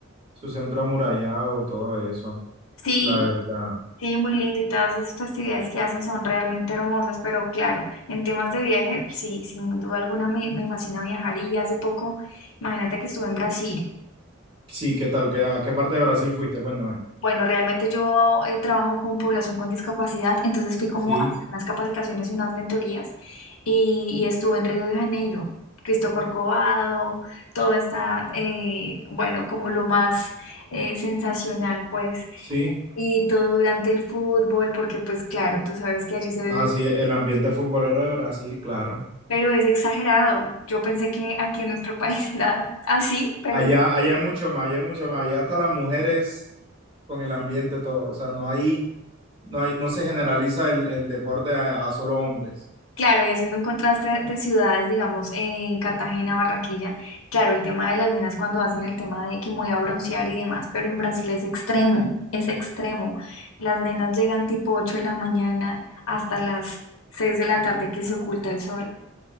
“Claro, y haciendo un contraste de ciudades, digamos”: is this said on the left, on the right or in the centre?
Left